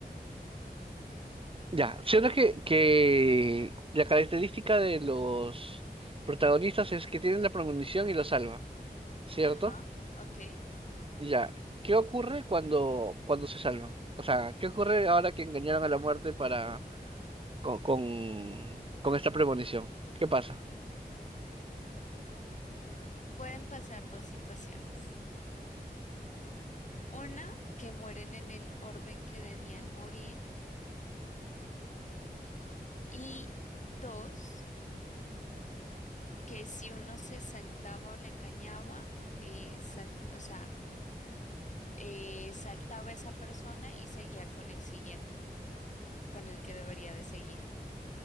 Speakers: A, on the right (about 35°); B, on the left (about 50°).
A: Ya, siendo que, que la característica de los protagonistas es que tienen la premonición y lo salva, ¿cierto?
B: ajá, ok.
A: Ya, ¿qué ocurre cuando, cuando se salvan? O sea, ¿qué ocurre ahora que engañaron a la muerte para con, con, con esta premonición? ¿Qué pasa?
B: Pueden pasar dos situaciones. Una, que mueren en el orden que debían morir. Y dos, que si uno se saltaba o la engañaba, eh, sal- o sea, eh, saltaba esa persona y seguía con el siguiente, con el que debería de seguir.